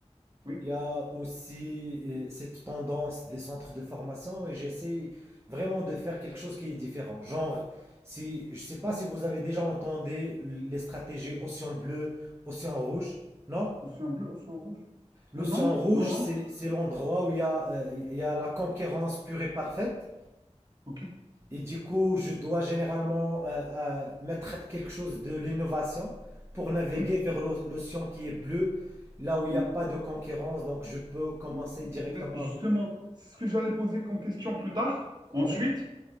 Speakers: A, on the right; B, on the right.
A: oui.
B: Il y a aussi euh, cette tendance des centres de formation et j'essaie vraiment de faire quelque chose qui est différent. Genre, si, je ne sais pas si vous avez déjà entendu les stratégies
A: Mhm.
B: océan bleu, océan rouge, non?
A: Océan bleu, océan rouge. Non,
B: L'océan
A: non,
B: rouge,
A: non, non.
B: c'est c'est l'endroit où il y a, euh, il y a la concurrence pure et parfaite.
A: Ok.
B: Et du coup, je dois généralement euh, euh, mettre quelque chose de l'innovation pour naviguer
A: Oui,
B: vers l'o- l'océan qui est bleu, là où il
A: oui.
B: n'y a pas de concurrence. Donc, je peux commencer
A: Mm, mm,
B: directement
A: ben, justement,
B: avec.
A: c'est ce que j'allais poser comme question plus tard. Ensuite,
B: Ouais,